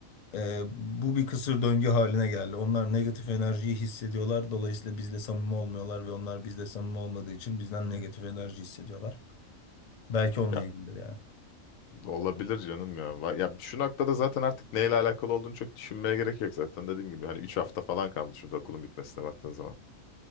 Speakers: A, on the left (about 45°); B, on the left (about 75°).
A: Ee, bu bir kısır döngü haline geldi. Onlar negatif enerjiyi hissediyorlar. Dolayısıyla bizle samimi olmuyorlar ve onlar bizle samimi olmadığı için bizden negatif enerji hissediyorlar. Belki onunla
B: Ya
A: ilgilidir yani.
B: olabilir canım ya. Va- Ya şu noktada zaten artık neyle alakalı olduğunu çok düşünmeye gerek yok zaten. Dediğim gibi hani 3 hafta falan kaldı şurada okulun bitmesine baktığın zaman.